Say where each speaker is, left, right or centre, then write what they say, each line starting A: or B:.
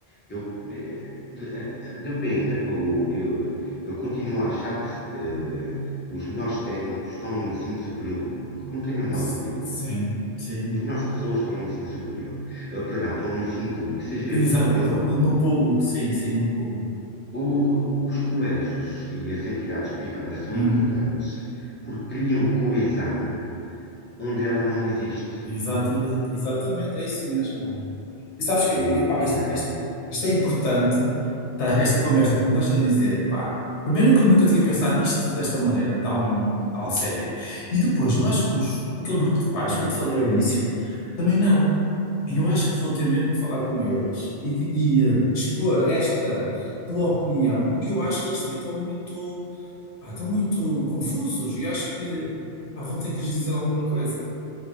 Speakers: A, on the left; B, on the left.
A: Eu, eh, de- eh, eh, depende, o- eu, eu continuo a achar que se, eh, os melhores técnicos estão no ensino superior público, não tenho a menor
B: S-
A: dúvida.
B: Sim, sim.
A: Os melhores pessoas estão no ensino superior, Eh, perdão, estão no ensino público, seja
B: Exa-
A: ele superior
B: no,
A: ou
B: no-
A: não.
B: no público, sim, sim, no público.
A: O- os colégios e as entidades privadas são
B: Hum.
A: importantes porque criam coesão onde ela não existe.
B: Exatamente, exatamente, é isso mesmo. E sabes que,
A: O,
B: epá, isto,
A: ah,
B: isto- isto é importante, tá, esta conversa, como estás a dizer, pá. Primeiro, nunca, nunca tinha pensado nisto desta maneira, tão, tão a sério. E depois, eu acho que os- aquele grupo de pais que eu te falei ao início, também não. E Eu acho que vou ter mesmo que falar com eles e, e, eh, expor esta tua opinião, porque eu acho que eles também estão muito, pá, estão muito confusos e acho que, pá, vou ter que lhes dizer alguma coisa.